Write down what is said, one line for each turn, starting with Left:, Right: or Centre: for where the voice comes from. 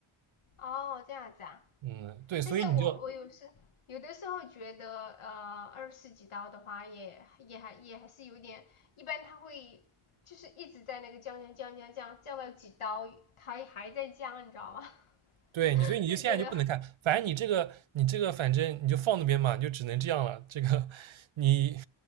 Left: 哦这样子啊。
Right: 嗯，对，所以你就
Left: 但是我我有时有的时候觉得，呃，二十几刀的话也也还也还是有点，一般它会就是一直在那个降降降降降降到几刀，它还在降，你知道吗？
Right: 对你，
Left: <laughs>
Right: 所以你就现在就不能看。
Left: 就觉得
Right: 反正你这个你这个反正你就放那边嘛，就只能这样了。这个你